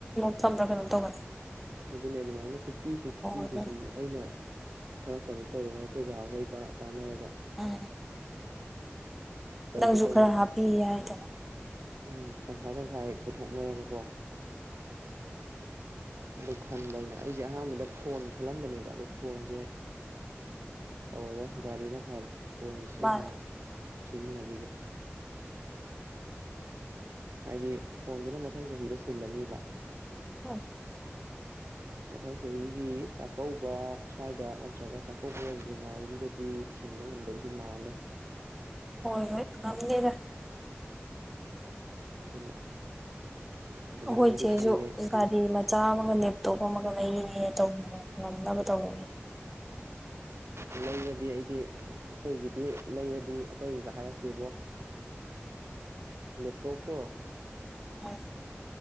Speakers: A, in the centre; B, on the right.
A: ꯁꯝꯄ꯭ꯔꯒꯅꯧ ꯇꯧꯕꯅꯤ
B: ꯑꯗꯨꯅꯦ ꯑꯗꯨꯃꯥꯏꯅ ꯐꯤꯞꯇꯤ ꯁꯤꯛꯁꯇꯤꯗꯨꯗꯤ
A: ꯑꯗꯨ
B: ꯑꯩꯅ ꯈꯔ ꯀꯩꯅꯣ ꯇꯧꯔꯒ ꯑꯩꯈꯣꯏ ꯕꯥꯍꯣꯏꯒ ꯇꯥꯟꯅꯔꯒ
A: ꯎꯝ
B: ꯇꯧꯒꯦ
A: ꯅꯪꯁꯨ
B: ꯇꯧꯕꯅꯦꯕ
A: ꯈꯔ ꯍꯥꯞꯄꯤ ꯍꯥꯏꯗꯅ
B: ꯎꯝ ꯇꯪꯈꯥꯏ ꯇꯪꯈꯥꯏ ꯄꯨꯊꯣꯛꯅꯔꯒꯀꯣ ꯑꯗꯨ ꯈꯟꯕ ꯍꯥꯏꯩꯅ ꯑꯩꯁꯦ ꯑꯍꯥꯟꯕꯗ ꯐꯣꯟ ꯈꯜꯂꯝꯕꯅꯦꯕ ꯑꯗꯣ ꯐꯣꯟꯁꯦ ꯇꯧꯔꯔꯣꯏ ꯒꯥꯔꯤꯅ ꯐꯔꯦ ꯐꯣꯟꯁꯤ ꯁꯤ
A: ꯃꯥꯅꯦ
B: ꯍꯥꯟꯅ ꯁꯤꯖꯤꯟꯅꯈꯤꯒꯦ ꯍꯥꯏꯗꯤ ꯐꯣꯟꯗꯨꯅ ꯃꯊꯪ ꯆꯍꯤꯗ ꯁꯤꯜꯂꯅꯤꯕ
A: ꯍ
B: <inaudible> ꯃꯊꯪ ꯆꯍꯤꯒꯤ ꯆꯥꯛꯀꯧꯕ ꯁ꯭ꯋꯥꯏꯗ ꯅꯠꯇ꯭ꯔꯒ ꯆꯥꯛꯀꯧꯕ ꯌꯧꯗ꯭ꯔꯤꯉꯩꯁꯤꯗꯗꯤ ꯊꯤꯡꯕ ꯉꯝꯗꯧꯗꯤ ꯃꯥꯜꯂꯦ
A: ꯍꯣꯏ ꯍꯣꯏ ꯉꯝꯅꯤꯗ
B: ꯑꯗꯨꯅ ꯑꯗꯨꯃꯥꯏꯅꯗꯤ
A: ꯍꯣꯏ ꯆꯁꯨ
B: ꯈꯜꯂꯦ
A: ꯒꯥꯔꯤ ꯃ ꯆꯥ ꯑꯃꯒ ꯂꯦꯞꯇꯣꯞ ꯑꯃꯒ ꯂꯩꯌꯦ ꯇꯧꯕ ꯉꯝꯅꯕ ꯇꯧꯕꯅꯦ
B: ꯎ ꯂꯩꯔꯗꯤ ꯑꯩꯗꯤ ꯑꯩꯈꯣꯏꯒꯤꯗꯤ ꯂꯩꯔꯗꯤ ꯑꯇꯩꯒ ꯍꯥꯏꯔꯛꯇꯦꯕꯣ ꯂꯦꯞꯇꯣꯞꯇꯣ
A: ꯎꯝ